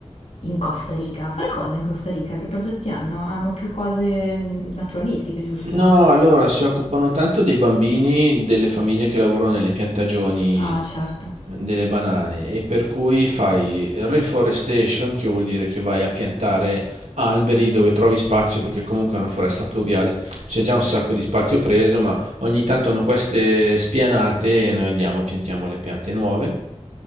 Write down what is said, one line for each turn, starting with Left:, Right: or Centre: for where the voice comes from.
Left: In Costa Rica, fare cosa in Costa Rica? Che progetti hanno? Hanno più cose mm, naturalistiche, giusto?
Right: No, allora si occupano tanto dei bambini, delle famiglie che lavorano nelle piantagioni
Left: Ah,
Right: eh,
Left: certo.
Right: delle banane e per cui fai reforestation, che vuol dire che vai a piantare alberi dove trovi spazio, perché comunque è una foresta pluviale, c'è già un sacco di spazio preso, ma ogni tanto hanno queste spianate e noi andiamo e piantiamo le piante nuove